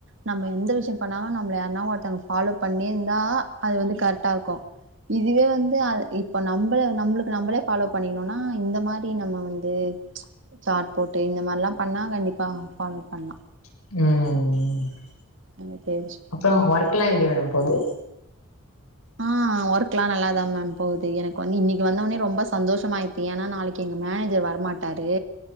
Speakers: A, on the right; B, on the left.
A: நம்ம எந்த விஷயோ பண்ணாலு நம்மள யார்னாவு ஒருத்தவங்க ஃபாலோ பண்ணியிருந்தா அது வந்து கரெக்டா இருக்கு இதுவே வந்து ஆது இப்ப நம்மள நம்மளுக்கு நம்மளே ஃபாலோ பண்ணிகனுனா இந்த மா டி நம்ம வந்து சாட் போட்டு இந்த மாரில்லா பண்ணா கண்டிப்பா ஃபாலோ பண்லா
B: ம்
A: <unintelligible>
B: அப்றோ ஒர்க்லா எப்டி மேடம் போகுது
A: ஆ ஒர்க்லா நல்தா மேம் போகுது எனக்கு வந்து இன்னக்கி வந்தோனே ரெம்ப சந்தோஷமாய்ர்க்கு ஏன்னா நாளக்கி எங்க மேனேஜர் வரமாட் ட்டாரு